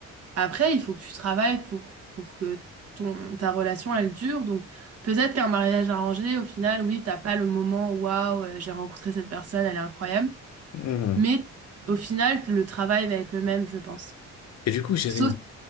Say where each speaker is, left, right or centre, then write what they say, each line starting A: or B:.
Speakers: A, on the right (about 55°); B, on the left (about 60°).
A: après, il faut que tu travailles pour, pour que ton, ta relation, elle dure. Donc peut-être qu'un mariage arrangé, au final, oui, t'as pas le moment, waouh, euh, j'ai rencontré cette personne, elle est incroyable.
B: Mhm.
A: Mais au final, le travail va être le même, je pense.
B: Et du coup, j'avais
A: Sauf...
B: une,